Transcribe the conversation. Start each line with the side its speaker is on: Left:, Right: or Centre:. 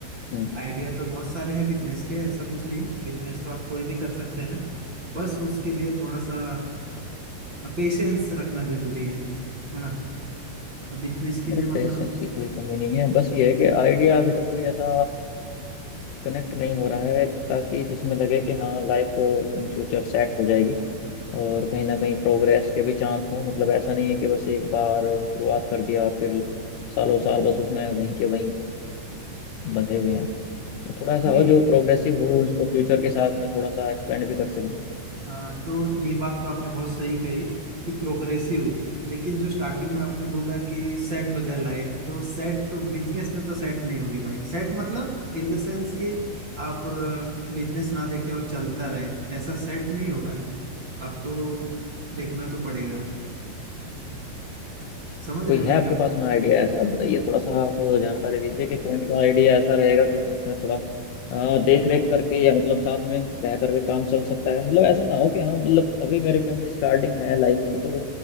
Left: हम्म
Right: आइडिया तो बहुत सारे हैं बिजनेस के ऐसा कुछ नहीं बिजनेस तो आप कोई भी कर सकते हैं बस उसके लिए थोड़ा सा पेशेंस रखना जरूरी है हाँ बिजनेस के
Left: मेरे
Right: लिए मतलब
Left: पेशेंस की कोई कमी नहीं है बस ये है कि आइडिया अभी तक कोई ऐसा कनेक्ट नहीं हो रहा है ताकि जिसमें लगे कि हाँ लाइफ इन फ्यूचर सेट हो जाएगी और कहीं ना कहीं प्रोग्रेस के भी चांस हो मतलब ऐसा नहीं है कि बस एक बार शुरुआत कर दिया और फिर सालों साल बस उसमें वहीं के वहीं बंधे हुए हैं थोड़ा सा
Right: नहीं
Left: हो जो प्रोग्रेसिव हो उसको फ्यूचर के साथ में थोड़ा सा एक्सपेंड भी कर सकें
Right: हाँ तो ये बात तो आपने बहुत सही कही कि प्रोग्रेसिव लेकिन जो स्टार्टिंग में आपने बोला कि सेट हो जाए लाइफ तो सेट तो बिजनेस में तो सेट नहीं होगी भाई सेट मतलब इन द सेंस कि आप बिजनेस ना देखें और चलता रहे ऐसा सेट नहीं होगा आपको देखना तो पड़ेगा समझ
Left: कोई
Right: रहे हैं
Left: है
Right: मैं
Left: आपके
Right: क्या
Left: पास में आइडिया ऐसा आप बताइए थोड़ा सा आप जानकारी दीजिए कि कौन सा आइडिया ऐसा रहेगा कि इसमें थोड़ा देख रेख करके या मतलब साथ में रह करके काम चल सकता है मतलब ऐसा ना हो कि हाँ मतलब अभी मेरे क्योंकि स्टार्टिंग है लाइफ की तो